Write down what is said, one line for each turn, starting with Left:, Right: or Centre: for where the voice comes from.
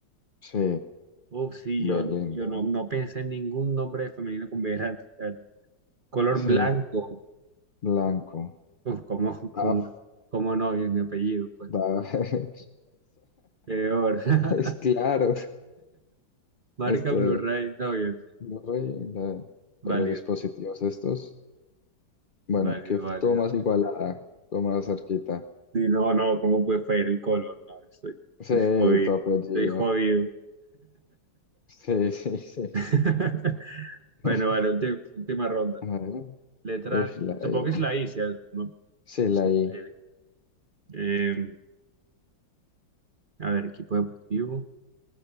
Left: Sí,
Right: Oh, sí,
Left: Belinda.
Right: yo, yo no, no pensé en ningún nombre femenino con B grande, la verdad. Color
Left: Sí,
Right: blanco.
Left: blanco.
Right: Uf, ¿cómo, cómo,
Left: Af,
Right: cómo no? Es mi apellido, pues.
Left: da, <laughs>
Right: Peor. <laughs>
Left: es claro,
Right: Marca
Left: este.
Right: Blu-ray. No, bien, bien.
Left: Blu-ray, la-
Right: Válido.
Left: de los dispositivos estos. Bueno,
Right: Válido,
Left: que f-
Right: válido.
Left: todo más igualada, todo más cerquita.
Right: Sí, no, no, ¿cómo puede fallar el color? No, estoy,
Left: Sí,
Right: estoy jodido.
Left: tu apellido.
Right: Estoy jodido.
Left: Sí, sí, sí.
Right: <laughs>
Left: <laughs>
Right: Bueno, vale, ulti- última ronda.
Left: A ver.
Right: Letra,
Left: Uy, la
Right: supongo
Left: I.
Right: que es la I, ¿cierto? ¿no?
Left: Sí, la
Right: Sí,
Left: I.
Right: L. Eh, a ver, equipo deportivo.